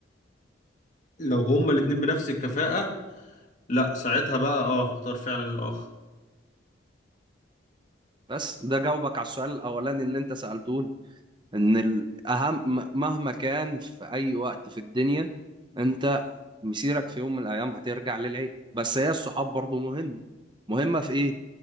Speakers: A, on the left; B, on the right.
A: لو هما الاتنين بنفس الكفاءة لا ساعتها بقى اه هختار فعلا الآخر
B: بس ده جاوبك على السؤال الاولاني اللي انت سألتوني ان الاهم م- مهما كان في اي وقت في الدنيا انت مسيرك في يوم من الايام هترجع للعيلة بس هي الصحاب برضو مهم مهمة في ايه